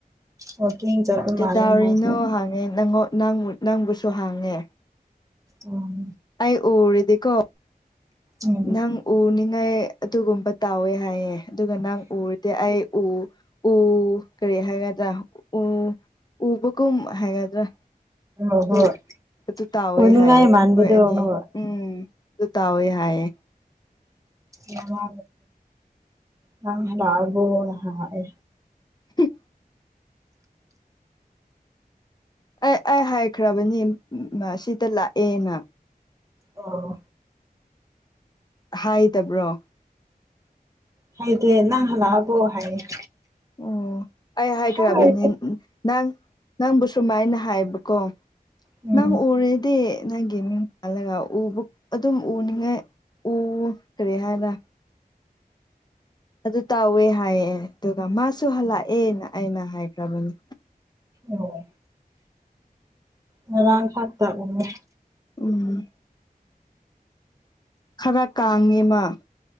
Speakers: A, on the right; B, on the left.
A: ꯋꯥꯀꯤꯡ ꯆꯠꯄ
B: ꯀꯩ
A: ꯃꯥꯜꯂꯦ
B: ꯗꯧꯔꯤꯅꯣ
A: ꯃꯥꯁꯨ
B: ꯍꯥꯡꯉꯦ ꯅꯪꯉꯣꯟ ꯅꯪ ꯅꯪꯕꯨꯁꯨ ꯍꯥꯡꯉꯦ
A: ꯎꯝ
B: ꯑꯩ ꯎꯔꯤꯗꯤꯀꯣ
A: ꯎꯝ
B: ꯅꯪ ꯎꯅꯤꯡꯉꯥꯏ ꯑꯗꯨꯒꯨꯝꯕ ꯇꯧꯋꯦ ꯍꯥꯏꯌꯦ ꯑꯗꯨꯒ ꯅꯪ ꯎꯔꯗꯤ ꯑꯩ ꯎ ꯎ ꯀꯔꯤ ꯍꯥꯏꯒꯗꯥ ꯎ ꯎꯕꯒꯨꯝ ꯍꯥꯏꯒꯗ꯭ꯔꯥ
A: ꯍꯣꯏ
B: ꯑꯗꯨ
A: ꯍꯣꯏ
B: ꯑꯗꯨ ꯇꯥꯎꯋꯦ
A: ꯎꯅꯤꯡꯉꯥꯏ
B: ꯍꯥꯏꯌꯦ ꯑꯩꯈꯣꯏ
A: ꯃꯥꯟꯕꯗꯣ
B: ꯑꯅꯤ
A: ꯍꯣꯏ
B: ꯎꯝ ꯑꯗꯨ ꯇꯥꯎꯌꯦ ꯍꯥꯏꯌꯦ
A: <unintelligible> ꯅꯪ ꯍꯜꯂꯛꯑꯕꯣ ꯍꯥꯡꯉꯛ ꯑꯦ
B: ꯍꯨꯝ ꯑꯦ ꯑꯩ ꯍꯥꯏꯈ꯭ꯔꯥꯕꯅꯤ ꯃ ꯁꯤꯗꯥ ꯂꯥꯛꯑꯦꯅ
A: ꯑꯣ
B: ꯍꯥꯏꯗꯕ꯭ꯔꯣ
A: ꯍꯥꯏꯗꯦ ꯅꯪ ꯍꯂꯛꯑꯕꯣ ꯍꯥꯏꯌꯦ
B: ꯑꯣ ꯑꯩ ꯍꯥꯏꯈ꯭ꯔꯥꯕꯅꯤ
A: ꯍꯣꯏ
B: ꯅꯪ ꯅꯪꯕꯨ ꯁꯨꯃꯥꯏꯅ ꯍꯥꯏꯕꯀꯣ
A: ꯎꯝ
B: ꯅꯪ ꯎꯔꯥꯗꯤ ꯅꯪꯒꯤ ꯃꯤꯡ ꯄꯜꯂꯒ ꯎꯕ ꯑꯗꯨꯝ ꯎꯅꯤꯡꯉꯥꯏ ꯎ ꯀꯔꯤ ꯍꯥꯏꯔ ꯑꯗꯨ ꯇꯧꯋꯦ ꯍꯥꯏꯑꯦ ꯑꯗꯨꯒ ꯃꯥꯁꯨ ꯍꯜꯂꯛꯑꯦꯅ ꯑꯩꯅ ꯍꯥꯏꯈ꯭ꯔꯥꯕꯅꯤ
A: ꯑꯣ ꯉꯔꯥꯡ ꯈꯛꯇ ꯎꯌꯦ
B: ꯎꯝ ꯈꯔꯥ ꯀꯥꯡꯉꯦꯃ